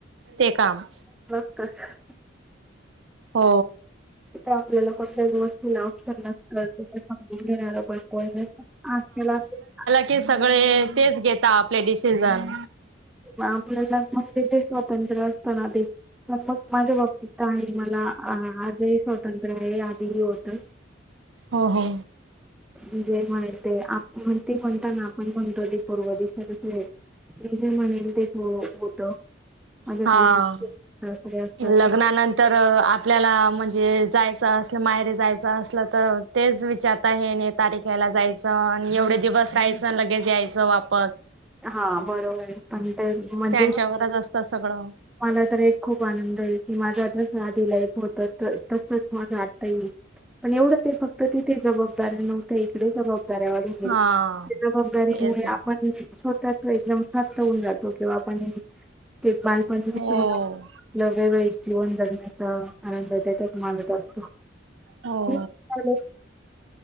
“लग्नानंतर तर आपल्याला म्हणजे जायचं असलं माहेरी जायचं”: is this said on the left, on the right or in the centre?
Right